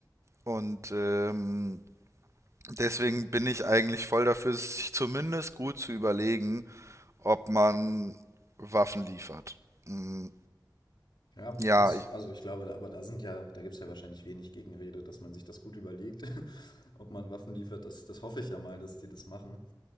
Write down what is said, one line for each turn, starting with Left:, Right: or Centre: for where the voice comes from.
Right: und ähm, deswegen bin ich eigentlich voll dafür, sich zumindest gut zu überlegen, ob man Waffen liefert. Mm,
Left: Ja,
Right: Ja,
Left: das,
Right: ich,
Left: also ich glaube, aber da sind ja, da gibt es ja wahrscheinlich wenig Gegenrede, dass man sich das gut überlegt, <laughs> ob man Waffen liefert. Das, das hoffe ich ja mal, dass die das machen.